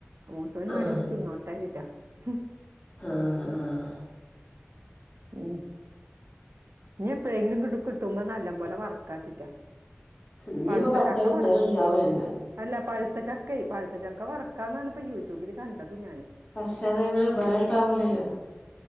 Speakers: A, on the right; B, on the left.
A: മൂത്തോന് വാണങ്കി
B: ആഹ്
A: തിന്നോട്ടെച്ച്ട്ടാ ഹ്ഹ്
B: ആഹ് ആഹ്
A: ഉം ഞ്ഞി എപ്പഴെങ്കിലു കിട്ടുമ്പോ നല്ലം പോലെ വർക്കാച്ച്ട്ടാ.
B: ഇനിയിപ്പോ
A: പഴുത്ത
B: പച്ച
A: ചക്ക
B: കിട്ടല്
A: വറക്ക
B: ഉണ്ടാവൂലല്ലോ
A: അല്ല പഴു ത്ത ചക്കേ പഴ്ത്ത ചക്ക വറക്കാന്നാണ് ഇപ്പ യൂട്യൂബില് കണ്ടത് ഞാന്.
B: പക്ഷെ അതെങ്ങനെ ബലണ്ടാവൂലല്ലോ.